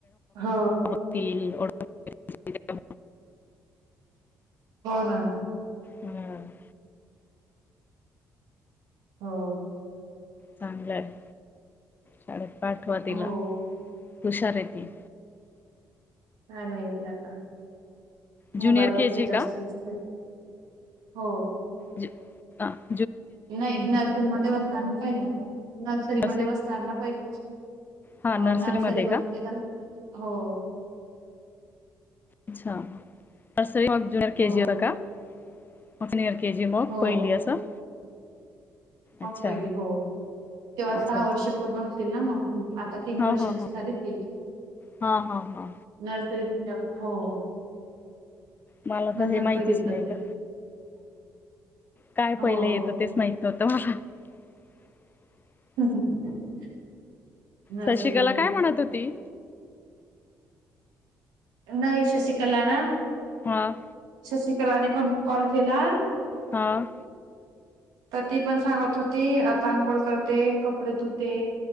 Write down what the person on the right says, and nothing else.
ह.
हो ना.
हो.
हो
काय माहिती आता. मोबाईल
बघते
जास्तच
हो.
नाही नर्सरीमध्ये बसणार ना पहीले, नर्सरीमध्ये
बसणार ना पहिले
हो नर्सरीमध्ये
हो.
हो
हो
मग
पहिली हो तेव्हा सहा
वर्ष पूर्ण हो तील ना मग. आता तीन वर्षाची
झाली ती.
नर्स <unintelligible> हो.
नंतर
पहिलीत
बसेल.
हो.
<inaudible> नर्सरीमध्ये
नाही शशिकला ना
शिकलाने पण कॉल केला
त ती पण सांगत होती आता आंघोळ करते कपडे धुते